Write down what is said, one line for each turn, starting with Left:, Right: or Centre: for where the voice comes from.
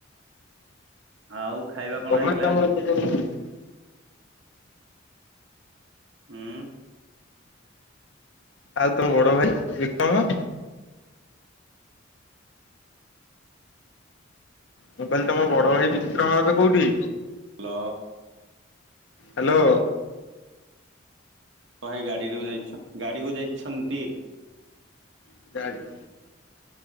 Right: ଆଉ ଖାଇବା
Left: ଗମେଣ୍ଟ
Right: କଣ ହେଇଥିଲା ଆଜି?
Left: <unintelligible>
Right: ହୁଁ।
Left: ଆଉ ତମ ବଡ ଭାଇ ବିକ୍ରମ ମୁଁ କହିଲି ତମ ବଡ ଭାଇ ବିକ୍ରମ ଏବେ କୋଉଠି?
Right: ହାଲ।
Left: ହାଲୋ।
Right: କଁ ଭାଇ ଗାଡ଼ିରୁ ଯାଇଛୁ ଗାଡ଼ିକୁ ଯାଇଛନ୍ତି।
Left: <unintelligible>